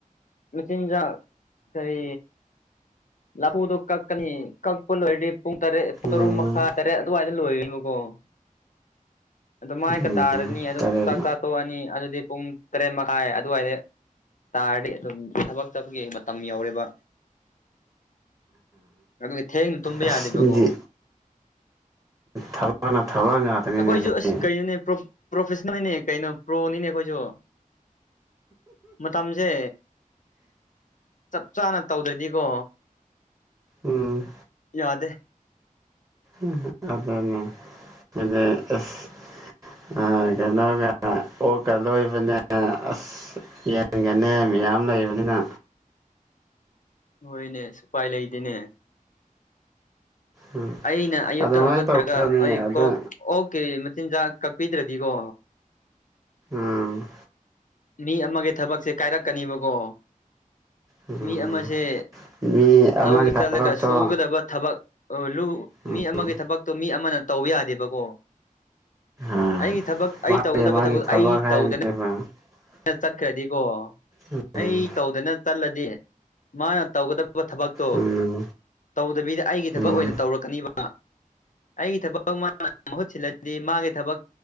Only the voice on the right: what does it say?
ꯎꯝ
ꯎꯝ
ꯇꯔꯦꯠ
ꯑꯁ
ꯅꯪꯗꯤ ꯊꯕꯛꯅ ꯊꯕꯛ ꯉꯥꯛꯇꯅꯤꯅꯦ
ꯑꯗꯨꯗꯤ
ꯎꯝ
ꯎ ꯑꯗꯨꯅꯤ ꯑꯗꯤ ꯑꯁ ꯑ ꯀꯩꯅꯣ ꯑꯣꯀ ꯂꯣꯏꯕꯅꯦ ꯑꯁ ꯌꯦꯟꯒꯅꯦ ꯃꯤꯌꯥꯝ ꯂꯩꯕꯅꯤꯅ
ꯎꯝ
ꯑꯗꯨꯃꯥꯏꯅ
ꯇꯧꯒꯗꯕꯅꯤ
ꯑꯗ
ꯎꯝ
ꯎꯝ
ꯃꯤ ꯑꯃꯒꯤ
ꯊꯕꯛꯇꯣ
ꯎꯝ
ꯑ
ꯃꯥꯒꯤ
ꯃꯥꯒꯤ
ꯊꯕꯛ
ꯍꯥꯏꯕꯅꯦꯕ
<inaudible>
ꯎꯝ
ꯎꯝ
ꯎꯝ